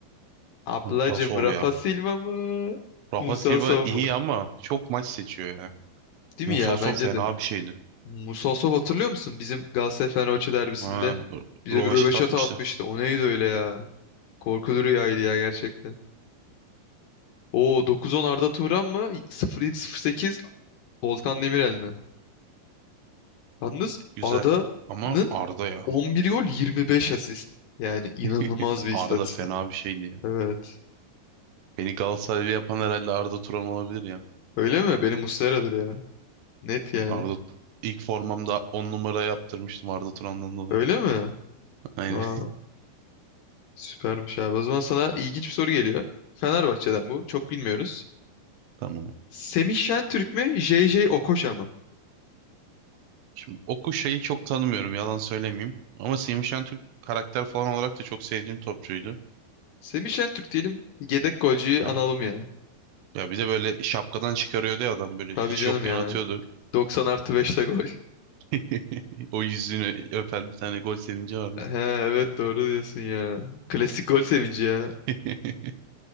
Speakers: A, on the left (about 75°); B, on the right (about 85°).
A: Ablacım
B: Musa Sov
A: Rafa
B: ya.
A: Silva mı?
B: Rafa
A: Musa
B: Silva
A: Sow
B: iyi
A: mu?
B: ama çok maç seçiyor ya.
A: Değil
B: Musa
A: mi ya?
B: Sov
A: Bence
B: fena
A: de
B: bir şeydi.
A: Musa Sow hatırlıyor musun? Bizim Galatasaray-Fenerbahçe derbisinde
B: Ha,
A: bize
B: rövaşata
A: bir röveşata
B: atmıştı.
A: atmıştı. O neydi öyle ya? Korkulu rüyaydı ya gerçekten. Oo dokuz on Arda Turan mı? Sıfır yedi sıfır sekiz Volkan Demirel mi? Yalnız
B: Güzel.
A: Arda'nın
B: Ama Arda ya.
A: 11 gol 25 asist. Yani inanılmaz
B: <laughs>
A: bir istatistik.
B: Arda fena bir şeydi ya.
A: Evet.
B: Beni Galatasaraylı yapan herhalde Arda Turan olabilir ya.
A: Öyle mi? Benim Muslera'dır ya. Net yani.
B: Arda ilk formamda 10 numara yaptırmıştım Arda Turan'dan dolayı.
A: Öyle mi?
B: <laughs> Aynen.
A: Aa, süpermiş abi. O zaman sana ilginç bir soru geliyor. Fenerbahçe'den bu. Çok bilmiyoruz.
B: Tamam.
A: Semih Şentürk mü? JJ Okocha mı?
B: Şimdi Oku şeyi çok tanımıyorum yalan söylemeyeyim. Ama Semih Şentürk karakter falan olarak da çok sevdiğim topçuydu.
A: Semih Şentürk diyelim. Yedek golcüyü analım
B: Aynen.
A: ya.
B: Ya bir de böyle şapkadan çıkarıyordu ya adam böyle
A: Tabii
B: hiç
A: canım
B: yokken
A: ya.
B: atıyordu.
A: 90 artı 5'te gol. <laughs>
B: <laughs> O yüzünü öpen bir tane gol sevinci vardı.
A: He, evet doğru diyorsun ya. Klasik gol sevinci ya.
B: <laughs>